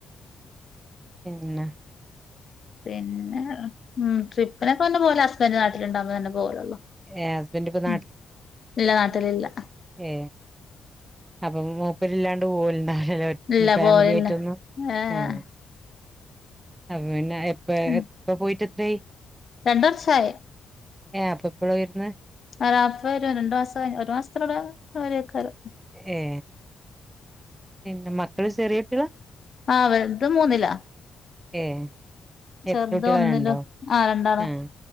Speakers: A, on the right (about 25°); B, on the left (about 50°).
A: പിന്ന
B: പിന്നെ ഉം ട്രിപ്പിനൊക്കെ ഒന്ന് പോവല് ഹസ്ബൻഡ് നാട്ടിലുണ്ടാവകുമ്പോെ തന്നെ പോവളൊല്ലോ
A: ഏഹ് ഹസ്ബൻഡ് ഇപ്പ
B: മ് ഇല്ല നാട്ടില് ഇല്ല
A: ഏ അപ്പം മൂപ്പര് ഇല്ലാണ്ട് പോവല്ണ്ടാ ഹലോ
B: ഇല്ല
A: ഫാമിലി
B: പോവലില്ല
A: ആയിട്ടൊന്നും
B: ഏഹ്
A: ആഹ് അ പിന്നെ എപ്പ
B: ഉം
A: എപ്പ പോയിട്ട് എത്രായി?
B: രണ്ട് വർഷായി
A: ഏ അപ്പൊ എപ്പോഴാ വരുന്നെ
B: ആ അപ്പ വരും രണ്ടു മാസം കഴി ഒരു മാസത്തിലൂടെ വരും മിക്കവാറും
A: എഏ പിന്നെ മക്കള് ചെറിയകുട്ടികള
B: ആഹ് വലുത് മൂന്നിലാ
A: ഏഹ്
B: ചെറുത്
A: എത്ര കുട്ടികളാ
B: ഒന്നിലും
A: രണ്ടോ
B: ആഹ് രണ്ടാളാ
A: ആഹ്